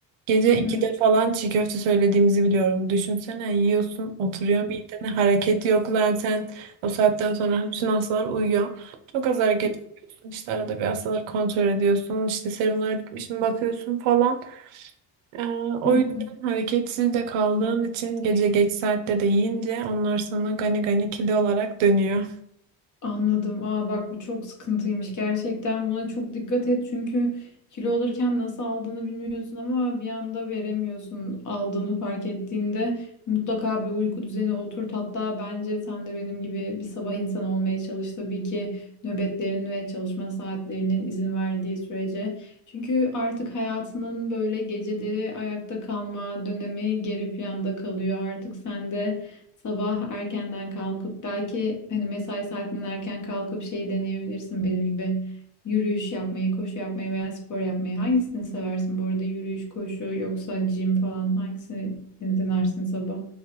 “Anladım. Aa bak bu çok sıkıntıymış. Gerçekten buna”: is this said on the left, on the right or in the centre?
Left